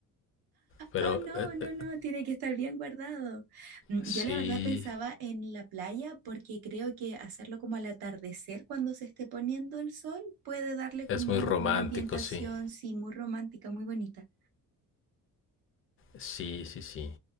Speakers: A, on the left; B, on the right.
A: Pero
B: Oh, no,
A: eh,
B: no,
A: eh,
B: no, tiene que estar bien guardado. Mm,
A: sí,
B: Yo la verdad pensaba en la playa porque creo que hacerlo como al atardecer cuando se esté poniendo el sol puede darle como
A: Es muy romántico,
B: una ambientación,
A: sí.
B: sí, muy romántica, muy bonita.
A: Sí, sí, sí.